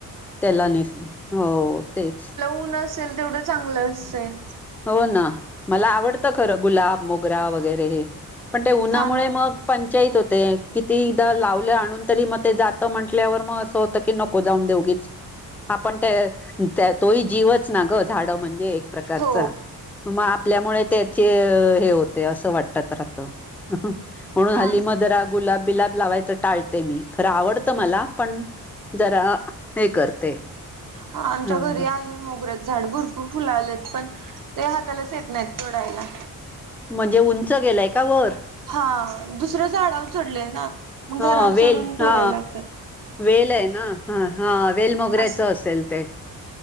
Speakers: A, in the centre; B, on the right.
A: त्याला निस हो, तेच.
B: ऊण असेल, तेवढं चांगलं असतं.
A: हो ना, मला आवडतं खरं गुलाब, मोगरा वगैरे, पण ते उन्हामुळे
B: हा ना
A: मग पंचायत होते, किती दा लावल आणून तरी मग ते जातं म्हटल्यावर म अस हो त की, नको जाऊन दे उगीच. आपण त्य, अ त्य तोही जीवच ना गं, झाडं म्हणजे एक प्रकार
B: हो.
A: चा, म आपल्यामुळे त्याचे हे होते, असं वाटत तर आता. हहं, म्हणून
B: हा
A: हल्ली म जरा गुलाब बिलाब लावायच टाळते मी, खर आवडत मला, पण जरा हे करते.
B: हां आमच्या
A: ह
B: घरी आहे, मोगऱ्या झाड, भरपूर फुलं आलेत, पण ते हातालाच येत नाहीत, तोडायला.
A: म्हणजे उंच गेलंय का, वर?
B: हां दुसऱ्या झाडावर चढलंय ना, मग
A: हा
B: घरावर
A: वेल
B: चढून तोडायला
A: हा
B: लागतात.
A: वेल ये ना, हां हं वेल मोगऱ्याचं
B: असं
A: असेल ते.